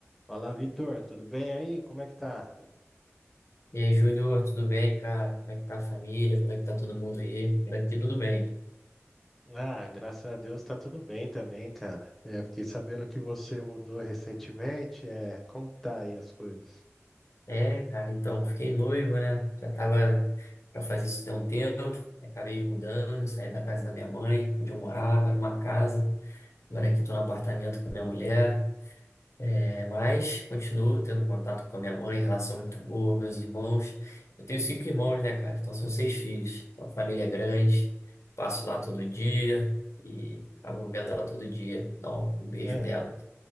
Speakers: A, in the centre; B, on the left.
A: Fala, Vitor, tudo bem aí? Como é que tá?
B: E aí, Júnior, tudo bem, cara? Como é que tá a família? Como é que tá todo mundo aí? Por aqui tudo bem.
A: Ah, graças a Deus tá tudo bem também, cara. É, fiquei sabendo que você mudou recentemente. É, como que tá aí as coisas?
B: É, cara, então, fiquei noivo, né? Já tava pra fazer isso tem um tempo. Aí acabei me mudando, saí da casa da minha mãe, onde eu morava, era uma casa. Agora aqui tô no apartamento com a minha mulher. É, mas continuo tendo contato com a minha mãe, relação muito boa, meus irmãos. Eu tenho cinco irmãos, né, cara? Então são seis filhos. Então a família é grande, passo lá todo dia e acabo vendo ela todo dia. Dá um beijo
A: É,
B: nela.